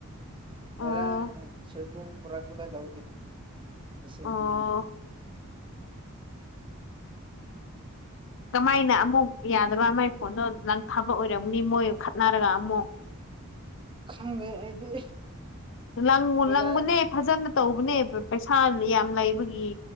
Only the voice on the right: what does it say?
ꯉꯔꯥꯡ
ꯁꯣꯏꯕꯨꯝ ꯄꯨꯔꯛꯄꯗ ꯂꯧꯗꯤ ꯃꯁꯤꯡꯗꯤ
ꯈꯪꯗꯦ ꯑꯩꯗꯤ
ꯀꯣꯏꯂꯥ